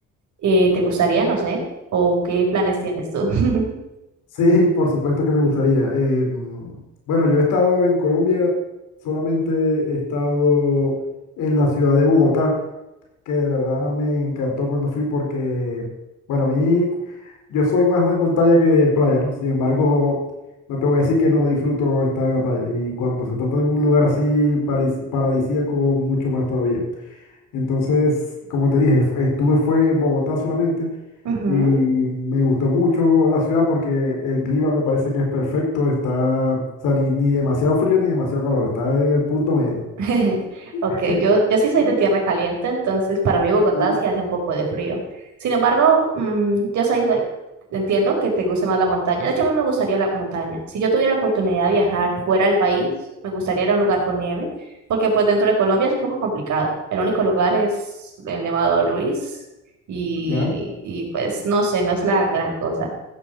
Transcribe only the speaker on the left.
Sí, por supuesto que me gustaría. Eh, mm, bueno, yo he estado en Colombia, solamente he estado en la ciudad de Bogotá, que de verdad me encantó cuando fui porque, bueno, a mí yo soy más de montaña que de playa, ¿no? Sin embargo, no te voy a decir que no disfruto estar en la playa. Y cuando se trata de un lugar así paris- paradisíaco, mucho más todavía. Entonces, como te dije, f- estuve fue en Bogotá solamente.
Y me gustó mucho la ciudad porque el clima me parece que es perfecto, está, o sea, ni, ni demasiado frío ni demasiado calor, está en el punto medio.
<laughs>
Y-
y-
¿Ya?